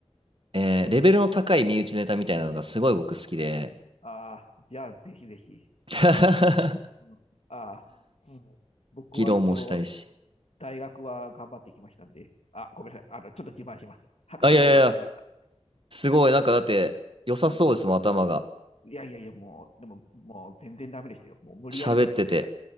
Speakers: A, on the right; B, on the left.
A: う。えーレベルの高い身内ネタみたいなのがすごい僕好きで、
B: ああ、ああ、じゃあ、ぜひぜひ。
A: <laughs>
B: まあ、うんああ、うん、僕は一応、
A: 議論もしたいし。
B: 大学は頑張ってきましたんで、あ、ごめんなさい。あの、ちょっと自慢します。博士号まで取りました。
A: あ、いやいやいや、すごい、なんかだって、良さそうですもん、
B: うん。
A: 頭が。
B: いやいやいや、もう、でも、もう全然ダメでしたよ。もう無理やり取ったみたいな感
A: 喋ってて、